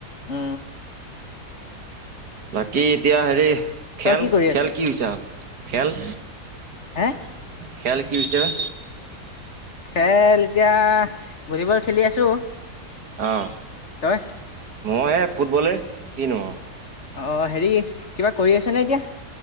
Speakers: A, on the left; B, on the right.
A: উ।
B: বাকী এতিয়া হেৰি
A: তই
B: খেল,
A: কি কৰি আছ?
B: খেল কি হৈছে আৰু খেল?
A: হে?
B: খেল কি হৈছে অ?
A: খেল এতিয়া ভলীবল খেলি আছো।
B: আহ
A: তই?
B: মই হে ফুটবলে কিনো আও।
A: অ হেৰি কিবা কৰি আছ নে এতিয়া?